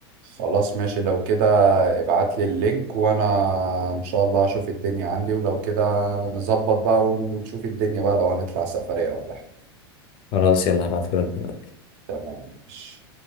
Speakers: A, on the right; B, on the left.
A: خلاص ماشي لو كده ابعت لي اللينك وانا ان شاء الله اشوف الدنيا عندي ولو كده نظبط بقى ونشوف الدنيا بقى لو هنطلع سفرية ولا حاجة
B: خلاص يلا هبعتهولك دلوقتي
A: تمام ماشي